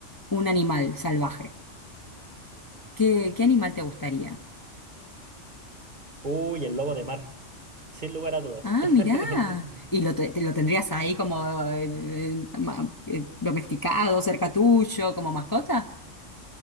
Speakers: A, on the left; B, on the right.
A: un animal salvaje, ¿qué, qué animal te gustaría?
B: Uy, el lobo de mar. Sin lugar a dudas.
A: Ah, mirá.
B: <laughs>
A: Y lo, te, te lo tendrías ahí como eh, eh, ma- eh, domesticado, cerca tuyo, como mascota.